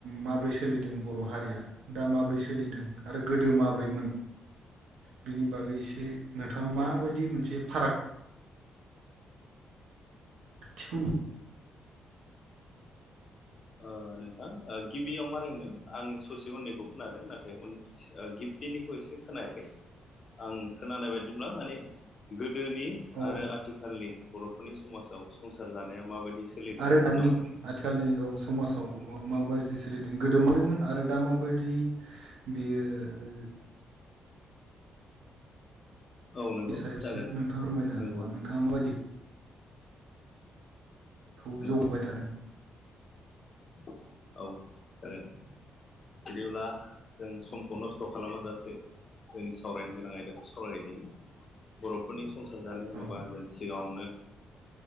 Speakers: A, on the right; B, on the left.
A: माब्रै सोलिदों बर' हारिया दा माब्रै सोलिदों आरो गोदो माब्रैमोन बिनि बागै एसे नोंथाङा माबायदि
B: औ
A: मोनसे फाराग थिखौ
B: ओ नोंथां ओ गिबियाव मारै होनो आं ससे उन्दैखौ खोनादों नाथाय उन ओ गिबिनिखौ एसे खोनायाखै आं खोनानाय बायदिब्ला माने गोदोनि
A: औ
B: आरो आथि खालनि बर'फोरनि समाजाव संसार जानाया माबायदि सोलिदों
A: आरो
B: बेखौ
A: दानि
B: नामा नोथां?
A: आथिखालनि औ समाजाव माबायदि सोलिदों गोदो माब्रैमोन आरो दा माबायदि बियो ओ
B: औ नंगौ
A: सायाव
B: जागोन
A: एसे नोंथाङा फोरमायनो
B: नंगौ
A: हागोनामा
B: नंगौ
A: नोंथाङा माबायदिखौ खौ
B: नंगौ
A: जौगाबाय थादों
B: <unintelligible> औ जागोन बिदिब्ला जों समखौ नस्थ' खालामाजासेै जोंनि सावरायनो गोनां आयदाखौ सावरायनायदिनि बर'फोरनि संसार जानो होनोबा
A: औ
B: जों सिगाङावनो